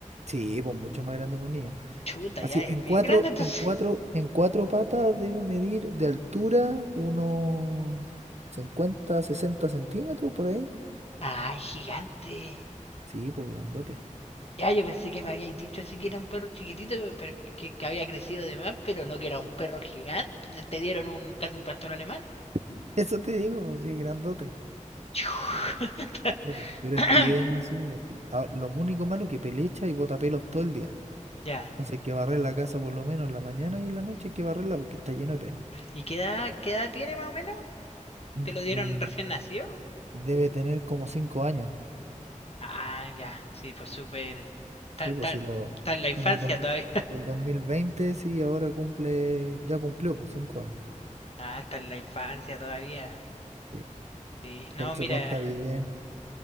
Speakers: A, on the right; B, on the left.
A: sí, pues mucho más grande que un niño.
B: Chuta,
A: Así,
B: ya es
A: en
B: bien
A: cuatro,
B: grande entonces.
A: en cuatro, en cuatro patas debe medir de altura unos 50, 60 centímetros por ahí.
B: Ay, gigante.
A: Sí, pues grandote.
B: Ya, yo pensé que me habíais dicho así que era un perro chiquitito, pero que, que había crecido de más, pero no que era un perro gigante. Te, te dieron un casi un pastor alemán.
A: <laughs> Eso te digo, pues, sí, grandote.
B: Chuta.
A: grandote. Pero
B: <coughs>
A: es tierno, sí. es tierno. Ah, lo único malo que pelecha y bota pelos todo el día.
B: ya.
A: Entonces hay que barrer la casa por lo menos en la mañana y en la noche hay que barrerla porque está lleno de pelo.
B: ¿Y qué edad, qué edad tiene más o menos?
A: Mm,
B: ¿Te lo dieron
A: mm,
B: recién nacido?
A: Debe tener como cinco años.
B: Ah, ya. Sí, pues súper... Está,
A: Sí,
B: está-
A: pues si lo...
B: está en la infancia
A: En el 2000,
B: todavía. <laughs>
A: del 2020 sí, ahora cumple... Ya cumplió, pues cinco años.
B: Ah, está en la infancia todavía.
A: Sí.
B: Sí. No,
A: pero se
B: mira.
A: porta bien.